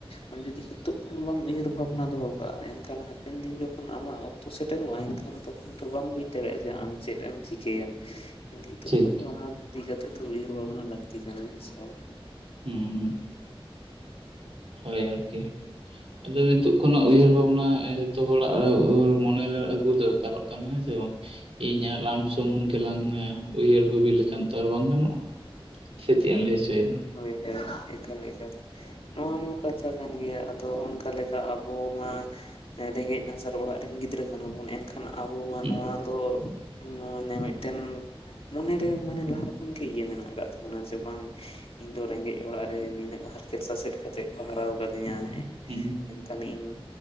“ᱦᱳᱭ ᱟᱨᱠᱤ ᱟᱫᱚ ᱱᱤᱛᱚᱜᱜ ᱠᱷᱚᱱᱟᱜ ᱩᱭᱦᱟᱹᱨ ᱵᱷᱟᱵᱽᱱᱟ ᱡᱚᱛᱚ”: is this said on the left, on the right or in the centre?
Right